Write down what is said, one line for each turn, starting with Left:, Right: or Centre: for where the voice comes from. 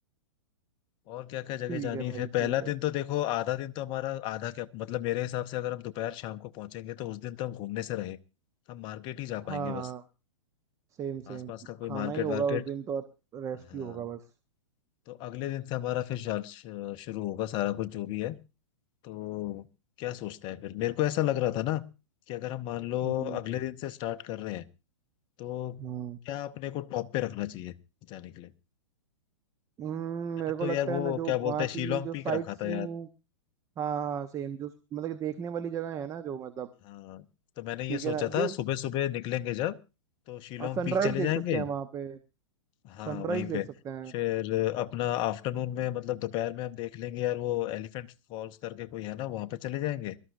Left: और क्या क्या जगह
Right: ठीक
Left: जानी
Right: है
Left: है
Right: भाई
Left: फिर
Right: ठीक
Left: पहला
Right: है
Left: दिन तो देखो आधा दिन तो हमारा आधा क्या मतलब मेरे हिसाब से अगर हम दोपहर शाम को पहुंचेंगे तो उस दिन तो हम घूमने से रहे हम मार्केट ही जा
Right: हाँ
Left: पाएंगे बस
Right: सेम सेम
Left: आसपास का कोई
Right: खाना
Left: मार्केट
Right: ही होगा
Left: वार्केट
Right: उस दिन तो और रेस्ट
Left: हाँ
Right: ही होगा बस
Left: तो अगले दिन से हमारा फिर शाल- श- शुरू होगा सारा कुछ जो भी है तो क्या सोचता है फिर मेरे को ऐसा लग रहा था ना कि अगर हम मान लो
Right: हम्म
Left: अगले दिन से स्टार्ट कर रहे हैं तो
Right: हम्म
Left: क्या अपने को टॉप पे रखना चाहिए जाने के लिए
Right: हम्म,
Left: मैंने
Right: मेरे को
Left: तो
Right: लगता
Left: यार वो
Right: है ना जो
Left: क्या
Right: वहाँ
Left: बोलते हैं
Right: की
Left: शिलोंग
Right: जो
Left: पीक
Right: साइट
Left: रखा
Right: सीइंग
Left: था यार
Right: हाँ हाँ सेम जो मतलब कि देखने वाली जगह है ना जो मतलब
Left: हाँ तो मैंने
Right: ठीक
Left: ये सोचा
Right: है ना
Left: था
Right: जो
Left: सुबह सुबह निकलेंगे जब तो शिलोंग
Right: सनराइज
Left: पीक चले
Right: देख
Left: जाएंगे
Right: सकते हैं वहां पे
Left: हाँ
Right: सनराइज
Left: वहीं
Right: देख
Left: पे
Right: सकते हैं
Left: फिर अपना आफ्टरनून में मतलब दोपहर में हम देख लेंगे यार वो एलिफेंट फॉल्स करके कोई है ना वहां पे चले जाएंगे